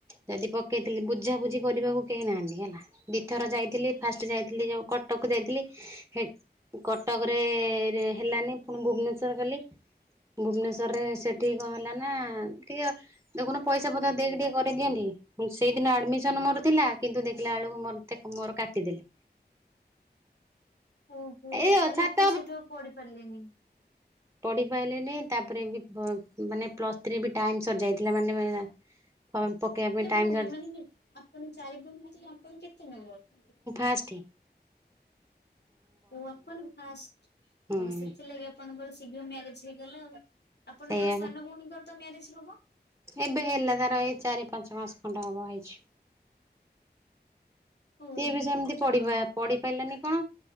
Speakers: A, on the right; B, on the left.
A: ଯଦି ପକେଇଥିଲି ବୁଝାବୁଝି କରିବାକୁ କେହି ନାହାନ୍ତି ହେଲା ଦିଥର ଯାଇ ଥିଲି ଫାଷ୍ଟ ଯାଇଥିଲି ଯୋଉ କଟକ ଯାଇଥିଲି ହେ କଟକରେ ରେ ହେଲାନି ପୁଣି ଭୁବନେଶ୍ୱର ଗଲି। ଭୁବନେଶ୍ୱରରେ ସେଠି କଣ ହେଲାନା ଟିକେ ଦେଖୁନ ପଇସା ପତ୍ର ଦେଇକି ଟିକେ କରିଦିଅନ୍ତି ସେଇଦିନ ଆଡ଼ମିଶନ୍ ମୋର ଥିଲା। କିନ୍ତୁ ଦେଖିଲା ବେଳକୁ ମୋତେ ମୋର କାଟିଦେଲେ।
B: ଓହୋ
A: ଏଇ
B: ତାହେଲେ
A: ଛାତ
B: ଆପଣ ସେଇଠୁ ଆଉ ପଢିପାରିଲେନି?
A: ପଢ଼ିପାରିଲିନି ତାପରେବି ବ ମାନେ ପ୍ଲସ୍ ଥ୍ରୀବି ଟାଇମ୍ ସରି ଯାଇଥିଲା ମାନେ ଫର୍ମ ପକେଇବା ପାଇଁ। ଟାଇମ୍
B: ଭୋଉଣୀ
A: ସରି
B: ମାନେ ଆପଣ ଚାରି ଭୋଉଣୀ <unintelligible> ଆପଣ କେତେ ନମ୍ବର
A: ଫାଷ୍ଟେ।
B: ଓ ଆପଣ ଫାଷ୍ଟେ
A: ହୁଁ
B: ଓ ସେଥିଲାଗି ଆପ ଆପଣଙ୍କର ଶୀଘ୍ର ମ୍ୟାରେଜ୍ ହେଇଗଲା ଆଉ ଆପଣଙ୍କର
A: ସେଇଆ
B: ସାନ ଭଉଣୀଙ୍କରତ ମ୍ୟାରେଜ୍ ହବ?
A: ଏବେ ହେଲାତାର ଏଇଚାରି ପାଞ୍ଚମାସେ ଖଣ୍ଡ ହବ ହେଇଚି।
B: ଓ
A: ସିଏବି ସେମିତି ପଢିପା
B: ହଁ
A: ପଢ଼ି ପାରିଲାନି କଣ